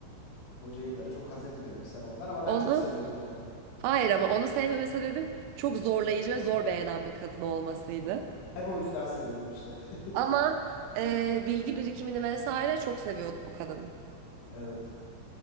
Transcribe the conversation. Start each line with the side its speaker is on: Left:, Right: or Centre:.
Left: hocayı da çok haz etmiyordun sen ondan ama
Right: Onu
Left: ben çok seviyordum onu.
Right: hayır ama onu sevmeme sebebim çok zorlayıcı ve zor beğenen bir kadın olmasıydı.
Left: Ben o yüzden seviyordum işte. <laughs>
Right: Ama e, bilgi birikimini vesaire çok seviyordum o kadın.
Left: Evet.